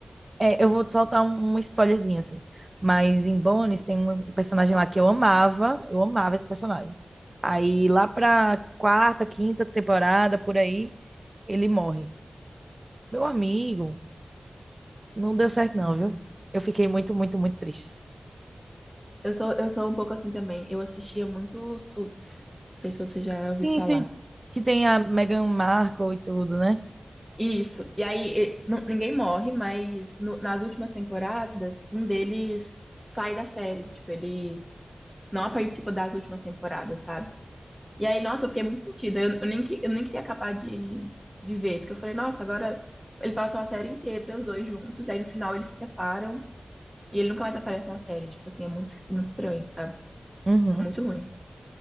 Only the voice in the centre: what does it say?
Hum.
Eu sou, eu sou um pouco assim também. Eu assistia muito Suits. Não sei se você já ouviu
falar.
Isso. E aí, e- nu- ninguém morre, mas no- nas últimas temporadas, um deles sai da série. Tipo, ele não participa das últimas temporadas, sabe? E aí, nossa, eu fiquei muito sentida. Eu, eu nem, que- eu nem queria acabar de, de ver, porque eu falei, nossa, agora ele passou a série inteira, os dois juntos, e aí no final eles se separam e ele nunca mais aparece na série. Tipo assim, é muito, muito estranho, sabe?
É muito ruim.